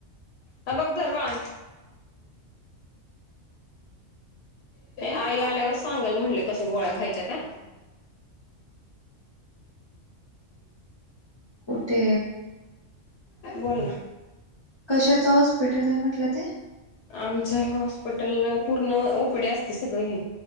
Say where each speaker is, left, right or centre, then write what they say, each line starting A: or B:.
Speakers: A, on the left; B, on the left.
A: हे बघ धर बांध. आई आल्यावर सांगल म्हटले कशा गोळ्या खायच्या त्या
B: कुठे
A: बोल ना.
B: कशाचं हॉस्पिटल आहे म्हटलं ते
A: आमच्या हॉस्पिटल पूर्ण ओपिडी असती सगळेहे.